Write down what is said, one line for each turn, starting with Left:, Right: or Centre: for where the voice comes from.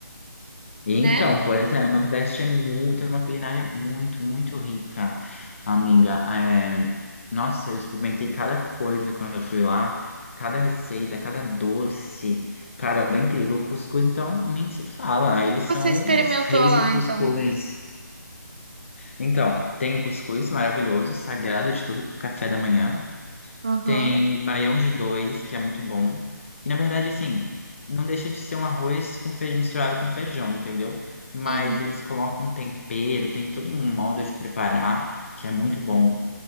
Left: E Então,
Right: né?
Left: pois
Right: O
Left: é, o Nordeste é muito, é uma culinária muito, muito rica, amiga. É, nossa, eu experimentei cada coisa quando eu fui lá, cada receita, cada doce. Cara, é incrível. O cuscuz, então, nem se fala.
Right: que
Left: Eles
Right: que
Left: são
Right: você experimentou
Left: os reis
Right: lá,
Left: do cuscuz.
Right: então?
Left: Então, tem o cuscuz maravilhoso, sagrado de todo café da manhã.
Right: Aham,
Left: Tem baião de dois, que é muito bom. Que na verdade, assim, não deixa de ser um arroz com feijão misturado com feijão, entendeu? Mas
Right: uhum,
Left: eles colocam um tempero, tem todo um modo de preparar, que é muito bom.